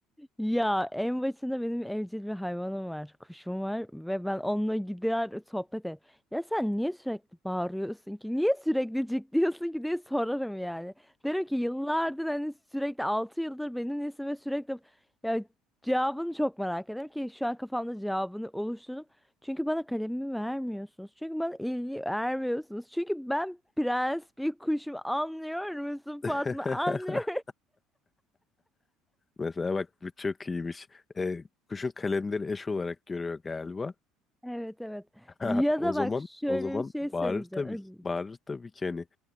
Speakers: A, in the centre; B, on the left (about 25°).
A: Ya en başında benim evcil bir hayvanım var. Kuşum var ve ben onunla gider sohbet ederim. Ya sen niye sürekli bağırıyorsun ki? Niye sürekli cik diyorsun ki diye sorarım yani. Derim ki yıllardır hani sürekli 6 yıldır benimlesin ve sürekli ya cevabını çok merak ederim ki şu an kafamda cevabını oluşturdum. Çünkü bana kalemimi vermiyorsunuz. Çünkü bana ilgi vermiyorsunuz. Çünkü ben prens bir kuşum anlıyor musun
B: <laughs>
A: Fatma? Anlıyor
B: Mesela bak bu çok iyiymiş. E, kuşun kalemleri eş olarak görüyor galiba.
A: Evet evet.
B: Ha,
A: Ya
B: o
A: da
B: zaman
A: bak şöyle
B: o zaman
A: bir şey
B: bağırır
A: söyleyeceğim.
B: tabii
A: Özür
B: ki.
A: dilerim.
B: Bağırır tabii ki hani